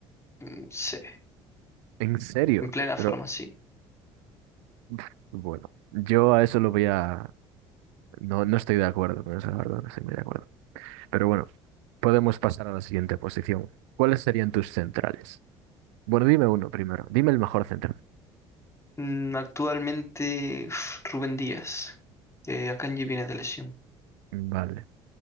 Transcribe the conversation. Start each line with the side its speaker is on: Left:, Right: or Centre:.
Left: Mm, Sí,
Right: ¿En serio?
Left: en plena forma,
Right: Pero
Left: sí.
Right: pf, bueno, yo a eso lo voy a... No, no estoy de acuerdo con eso, la verdad, no estoy muy de acuerdo. Pero bueno, podemos pasar a la siguiente posición. ¿Cuáles serían tus centrales? Bueno, dime uno primero, dime el mejor central.
Left: Mm, Actualmente uf, Rubén Díaz, que Akanji viene de lesión.
Right: Vale.